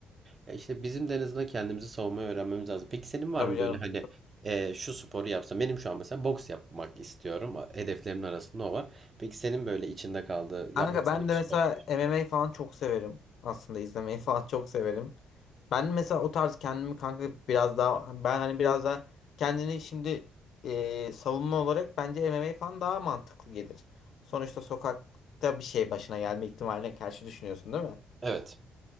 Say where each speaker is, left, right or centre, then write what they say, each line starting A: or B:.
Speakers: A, on the right; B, on the left.
A: Ya işte bizim de en azından kendimizi savunmayı öğrenmemiz lazım. Peki senin var
B: Tabii
A: mı
B: canım.
A: böyle hani e, şu sporu yapsam? Benim şu an mesela boks yapmak istiyorum. Hedeflerimin arasında o var. Peki senin böyle içinde kaldığı,
B: Kanka
A: yapmak istediğin
B: ben de
A: bir
B: mesela
A: spor?
B: MMA falan çok severim. Aslında izlemeyi falan çok severim. Ben mesela o tarz kendimi kanka biraz daha ben hani biraz daha kendini şimdi e, savunma olarak bence MMA falan daha mantıklı gelir. Sonuçta sokakta bir şey başına gelme ihtimaline karşı düşünüyorsun değil mi?
A: Evet.